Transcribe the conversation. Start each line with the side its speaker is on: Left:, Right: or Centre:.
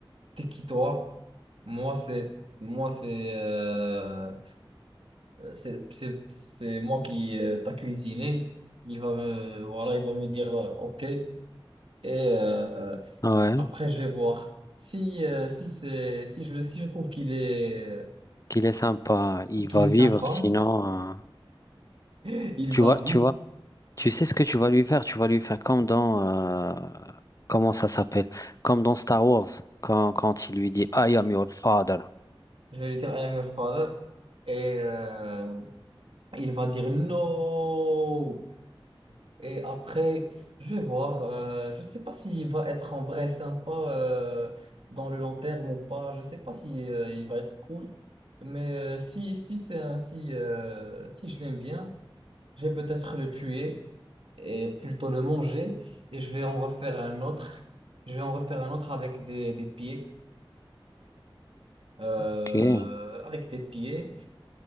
Right: T'es qui toi? Moi, c'est moi, c'est euh, c'est c'est- c'est moi qui euh, t'a cuisiné. Il va me voilà, il va me dire euh, OK. Et euh,
Left: Ouais.
Right: après, je vais voir si euh, si c'est si je le- si je trouve qu'il est
Left: qu'il est sympa, il
Right: qu'il
Left: va
Right: est sympa.
Left: vivre, sinon, euh,
Right: <laughs> Il
Left: tu
Right: va
Left: vois,
Right: vite.
Left: tu vois, tu sais ce que tu vas lui faire, tu vas lui faire comme dans, euh, comment ça s'appelle, comme dans Star Wars, quand, quand il lui dit, I am your father,
Right: Je vais lui dire I am your father. Et euh, il va dire no. Et après, je vais voir. euh, je ne sais pas s'il va être en vrai sympa euh, dans le long terme ou pas. Je ne sais pas si euh, il va être cool. Mais euh, si, si c'est ainsi, euh, si je l'aime bien, je vais peut-être le tuer et plutôt le manger. Et je vais en refaire un autre. Je vais en refaire un autre avec des, des pieds. euh,
Left: ok,
Right: avec des pieds.